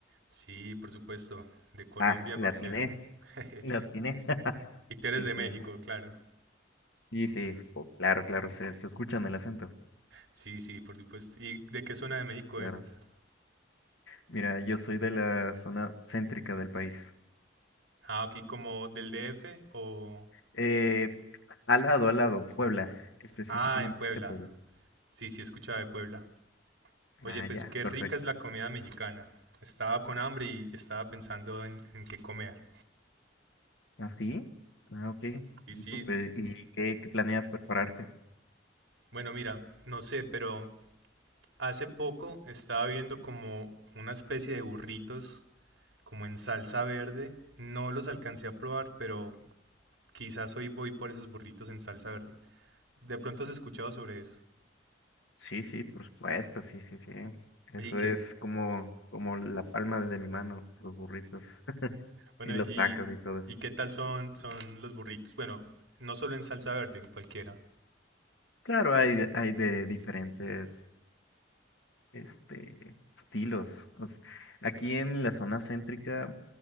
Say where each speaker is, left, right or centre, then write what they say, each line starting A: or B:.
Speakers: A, on the right (about 80°); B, on the left (about 75°).
A: Sí, por supuesto. De Colombia,
B: Ah, latiné,
A: parcero. <laughs>
B: <laughs> latiné. <laughs>
A: Y tú eres
B: Sí,
A: de
B: sí,
A: México, claro.
B: sí, sí, oh, claro, claro, se, se escucha en el acento,
A: Sí, sí, por supuesto. ¿Y de qué zona de México
B: claro.
A: eres?
B: Mira, yo soy de la zona céntrica del país.
A: Ah, aquí como del DF o...
B: Eh, al lado, al lado, Puebla, específicamente
A: Ah, en Puebla.
B: Puebla.
A: Sí, sí, he escuchado de Puebla. Oye,
B: Ah,
A: pues
B: ya,
A: qué
B: perfecto.
A: rica es la comida mexicana. Estaba con hambre y estaba pensando en, en qué comer.
B: ¿Ah, sí? Ah, ok.
A: Sí, sí.
B: Y pues, ¿y qué, qué planeas prepararte?
A: Bueno, mira, no sé, pero Hace poco estaba viendo como una especie de burritos, como en salsa verde. No los alcancé a probar, pero quizás hoy voy por esos burritos en salsa verde. ¿De pronto has escuchado sobre eso?
B: Sí, sí, por supuesto, sí, sí, sí. Eso
A: Oye, ¿y qué?
B: es como, como la palma de mi mano, los burritos <laughs>
A: Bueno,
B: y los
A: ¿y,
B: tacos y todo. eso.
A: y qué tal son, son los burritos? Bueno, no solo en salsa verde, en cualquiera.
B: Claro, hay, de- hay de diferentes, este, estilos. O s- aquí en la zona céntrica,